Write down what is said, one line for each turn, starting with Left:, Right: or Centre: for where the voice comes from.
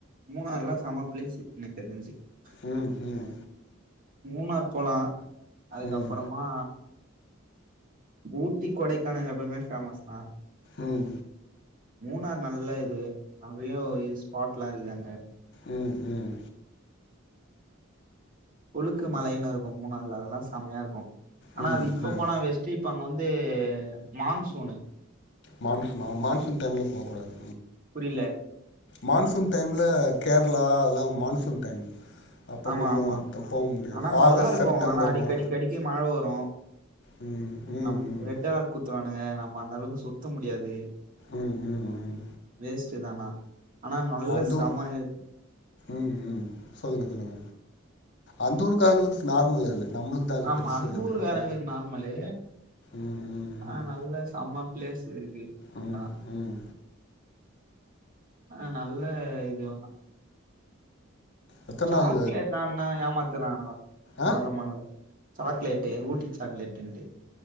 Right: மூணாறு எல்லாம் சமப்லேசு சே என்னி <unintelligible>
Left: உம் உம்
Right: மூணார் போலா அதுக்கப்பறமா
Left: ம்
Right: ஊட்டி கொடைக்கானல் எப்பவுமே போமஸ் தான்
Left: உம்
Right: மூணார் நல்ல இது நவ்வோ இஸ்பாட் லாம் இருக்குதாங்க
Left: உம் உம்
Right: ஒழுக்கு மலையன்னு இருக்கு மூணுறுல அதெல்லா செம்மையா இருக்கு ஆனா
Left: ம்
Right: அது இப்ப போனா வெஸ்ட்டு இப்ப அங்க வந்து ஆ மான்சூனு
Left: மான்சூன மான்சூன் இன்டைம்ல போக கூடாது
Right: புரியல
Left: மான்சூன் டைம்ல கேரளா அதல்லாம் மான்சூன் டைம் அப்போ
Right: ஆமா
Left: கொஞ்சோ
Right: ஆமா
Left: த போ முடியாது
Right: ஆனா
Left: ஆகஸ்ட்
Right: நல்லா இருக்கும்
Left: செப்டம்பர்
Right: ஆனா அடிக்கி
Left: மா
Right: அடிக்கி அடிக்கி மழ வரும்
Left: ம் ம் ம்
Right: நம்
Left: ம்
Right: ரெட் அலர்ட் குடுத்துருவானுங்க நம்ம அந்த அளவுக்கு சுத்த முடியாது
Left: ம் ம் ம்
Right: வேஸ் ச்சதானா ஆனா நல்ல
Left: அந்த
Right: சமய
Left: ஊர் ம் ம் சொல்லுங்க அந்த ஊரு பக்கங்களுக்கு நார்மல் அது நம்மளுக்கு தான் அது
Right: ஆமா
Left: பெருசு
Right: அந்த
Left: இது
Right: ஊர் காரங்களுக்கு
Left: ஆ
Right: நார்மலு
Left: ம் ம்
Right: ஆஹ் நல்ல சம ப்ளஸ் சரிக்கு
Left: ம் ம்
Right: நான்
Left: ம்
Right: ஆஹ் நல்ல இது வேணா
Left: எத்தன
Right: சாக்லேட்
Left: நாள்
Right: தான்னா ஏமாத்துறானுங்க
Left: ஆ
Right: வாகமான்ல சாக்லேட்டு ஊட்டி சாக்லேட்ன்டு